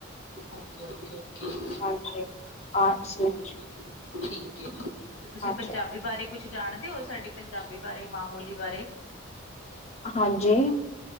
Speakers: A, on the left (about 80°); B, on the left (about 30°).
A: Okay- okay- okay.
B: ਹਾਂਜੀ। ਆਰਟਸ ਵਿੱਚ
A: ਹਾਂਜੀ ਠੀਕ ਏ ਜੀ। ਤੇ ਤੁਸੀਂ
B: ਹਾਂਜੀ,
A: ਪੰਜਾਬੀ ਬਾਰੇ ਕੁਛ ਜਾਣਦੇ ਓ, ਸਾਡੀ ਪੰਜਾਬੀ ਬਾਰੇ, ਮਾਂ ਬੋਲੀ ਬਾਰੇ?
B: ਹਾਂਜੀ।